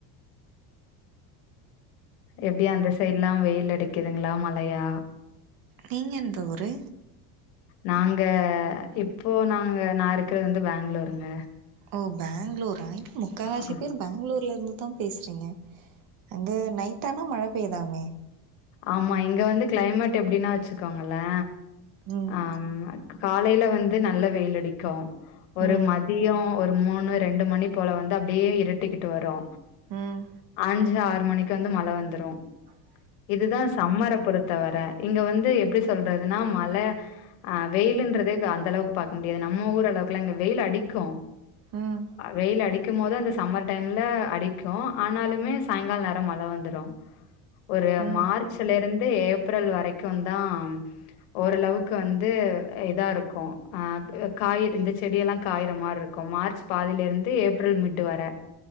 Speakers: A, on the left; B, on the right.
A: எப்டி அந்த சைட் எல்லா வெயில் அடிக்குதுங்களா மழையா
B: நீங்க எந்த ஊரு
A: நாங்க இப்போ நாங்க நா இருக்கிறது வந்து பெங்களூருங்க
B: ஓ பெங்களூர் என்ன முக்கால்வாசி
A: அ
B: பேர் பெங்களூர் ல இருந்து தா பேசுறீங்க அங்க நைட் ஆனா மழை பெய்தாமே
A: ஆமா இங்க வந்து கிளைமேட் எப்டின்னா வச்சுக்கோங்களே
B: ம்
A: ஆ காலையில வந்து நல்ல வெயில் அடிக்கு ஒரு
B: ம்
A: மத் தியோ ஒரு மூணு ரெண்டு மணி போல வந்து அப்டியே இருட்டிக்கிட்டு வரு
B: ம்
A: அஞ்சு ஆறு மணிக்கு வந்து மழ வந்துரு
B: ஆஹ
A: இதுதா சம்மரை பொறுத்தவரை இங்க வந்து எப்டி சொல்றதுன்னா மழ அ வெயில்ன்றதே அந்த அளவுக்கு பாக்க முடியாது நம்ம ஊர அளவுக்குல்லா இங்க வெயில் அடிக்கு
B: ம்
A: வெயில அடிக்கும் போது அந்த சம்மர் டைம்ல அடிக்கு ஆனாலுமே சாயங்காலோ நேரோ மழை வந்துரு ஒரு
B: ம்
A: மார்ச்ல இருந்து ஏப்ரல் வரைக்கு தா ஓரளவுக்கு வந்து இதா இருக்கு ஆ காய இந்த செடியெல்லா காயற மாரி இருக் கும் மார்ச் பதிலிருந்து ஏப்ரல் மிட்டு வர